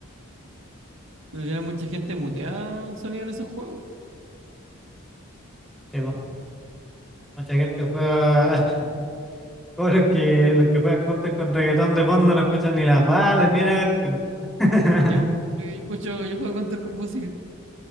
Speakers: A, on the right; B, in the centre.
A: Al final mucha gente mutea el sonido en esos juegos.
B: Sí, po. Mucha gente juega, <laughs> como los que, los que juegan Counter con reggaetón de fondo no escuchan ni las balas ni una cuestión. <laughs>
A: Yo, yo, yo escucho, yo juego Counter con música.